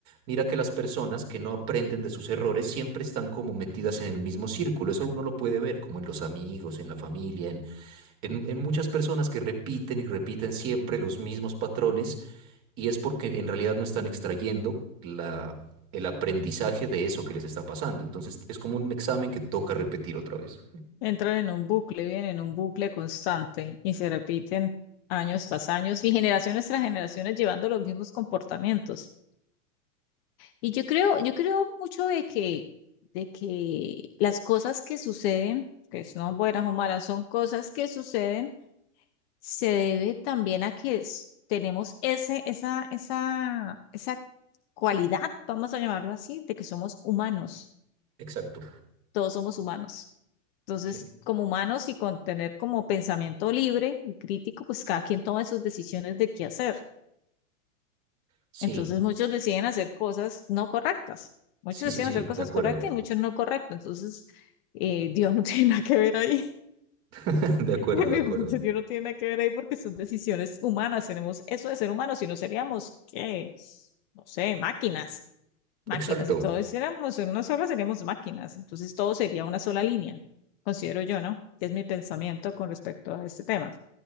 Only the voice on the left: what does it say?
Entran en un bucle, viven en un bucle constante y se repiten años tras años y generaciones tras generaciones llevando los mismos comportamientos. Y yo creo, yo creo mucho de que, de que las cosas que suceden, que son buenas o malas, son cosas que suceden, se debe también a que es- tenemos ese, esa, esa, esa cualidad, vamos a llamarlo así, de que somos humanos,
todos somos humanos. Entonces,
como humanos y con tener como pensamiento libre y crítico, pues cada quien toma sus decisiones de qué hacer.
Entonces muchos deciden hacer cosas no correctas. Muchos
deciden
hacer cosas
correctas y muchos no correctas. Entonces, eh, Dios no <laughs> tiene nada que ver ahí. <laughs>
En
mi
punto, Dios no tiene nada que ver ahí porque son decisiones humanas. Tenemos eso de ser humanos, si no seríamos, ¿qué? No sé, máquinas. Máquinas.
Si todos hiciéramos en una sola, seríamos máquinas. Entonces todo sería una sola línea, considero yo, ¿no? Es mi pensamiento con respecto a este tema.